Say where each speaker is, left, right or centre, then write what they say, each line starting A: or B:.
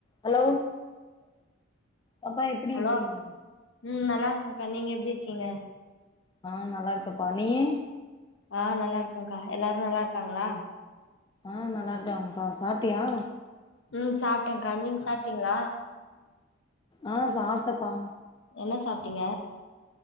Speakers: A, on the left; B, on the left.
A: hello அப்பா எப்டி
B: hello
A: இருக்கீங்க
B: ம் நல்லாருக்கக்கா நீங்க எப்டி இருக்கீங்க
A: ஆ நல்லாருக்கப்பா நீயி
B: ஆ நல்லாருக்கக்கா எல்லாரு நல்லாருக்காங்ளா
A: ஆ நல்லாருக்காங்ப்பா சாப்ட்டியா
B: ம் சாப்ட்டேக்கா நீங்க சாப்பிட்டீங்ளா
A: ஆ சாப்ட்டப்பா
B: என்ன சாப்ட்டீங்க